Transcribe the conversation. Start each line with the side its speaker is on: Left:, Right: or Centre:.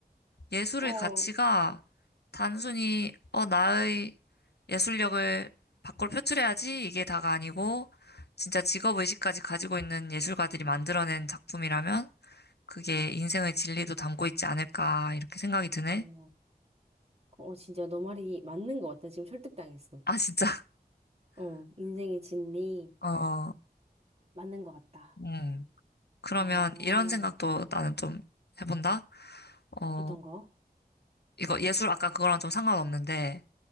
Left: 예술의
Right: 어,
Left: 가치가 단순히, 어, 나의 예술력을 밖으로 표출해야지 이게 다가 아니고, 진짜 직업의식까지 가지고 있는 예술가들이 만들어낸 작품이라면, 그게 인생의 진리도 담고 있지 않을까, 이렇게 생각이 드네.
Right: 어, 어, 진짜 너 말이 맞는 것 같다. 지금 설득당했어.
Left: 아, 진짜. <laughs>
Right: 어, 인생의 진리
Left: 어,
Right: 맞는 것 같다.
Left: 음. 그러면
Right: 어,
Left: 이런 생각도 나는 좀 해본다? 어,
Right: 어떤 거?
Left: 이거 예술 아까 그거랑 좀 상관없는데,